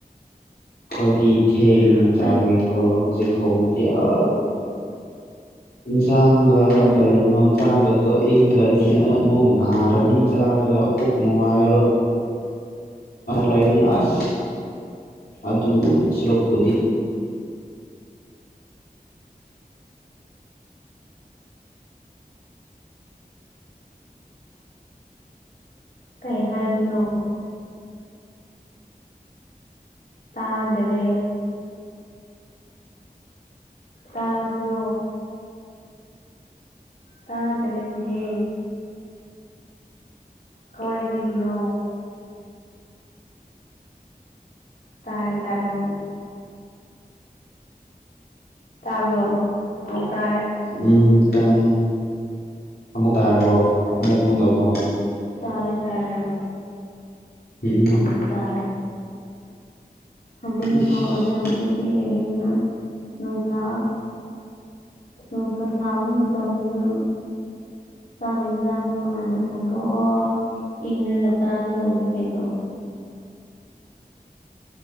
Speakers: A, on the left; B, on the left.
A: ꯑꯩꯣꯏꯗꯤ ꯊꯦꯡꯅ
B: ꯑꯩꯈꯣꯏ
A: ꯆꯥꯕꯒꯤꯀꯣ ꯍꯧꯖꯤꯛ ꯊꯣꯡꯅꯗꯤ ꯑ ꯏꯟꯁꯥꯡꯒ
B: ꯑꯩꯈꯣꯏꯗꯤ
A: ꯀꯩꯅꯣ ꯆꯥꯒ ꯇꯣ ꯏꯪꯈ꯭ꯔꯅꯤ ꯑ ꯃꯨꯛ ꯥꯔꯅꯤ ꯆꯥꯔꯒ ꯄꯨꯛ ꯅꯨꯡꯉꯥꯏꯔꯣ ꯂꯥꯏꯅꯤꯌꯥꯁ ꯑꯗꯨ ꯁꯔꯨꯛꯄꯗꯤ
B: ꯀꯩ ꯍꯥꯏꯕꯅꯣ ꯇꯥꯗꯔꯦ ꯇꯥꯕ꯭ꯔꯣ ꯇꯥꯗ꯭ꯔꯦꯅ ꯍꯦ ꯀꯋꯥꯏꯗꯒꯤꯅꯣ ꯇꯥꯔꯦ ꯇꯔꯦꯃ ꯇꯥꯕ꯭ꯔꯣ ꯑꯃꯨꯛ ꯇꯥꯔꯦ
A: ꯎꯝ ꯈꯤꯇꯪ ꯑꯃꯨꯛ ꯀꯥꯔꯕꯣ ꯑꯃꯨꯛ ꯃꯨꯠꯂꯕꯣ
B: ꯇꯥꯔꯦ ꯇꯥꯔꯦꯃ
A: ꯎꯝ
B: ꯑꯃꯃꯨꯛ ꯇꯥꯔꯦ ꯍꯧꯖꯤꯛꯅ
A: ꯏꯁ
B: ꯊꯣꯛꯧꯔꯁꯦ ꯍꯧꯖꯤꯛꯇꯤ ꯀꯩꯅꯣꯝꯅ ꯅꯨꯡꯁꯥ ꯅꯨꯡꯁꯥ ꯁꯥꯕ ꯃꯇꯝꯅ ꯆꯥꯛ ꯌꯦꯟꯁꯥꯡ ꯅꯣꯡꯂꯥꯟꯗ ꯊꯣꯡꯗꯣꯛꯑꯣ ꯏꯪꯗꯔꯒ ꯇꯥꯒ ꯂꯧꯕꯅꯤ ꯀꯩꯅꯣ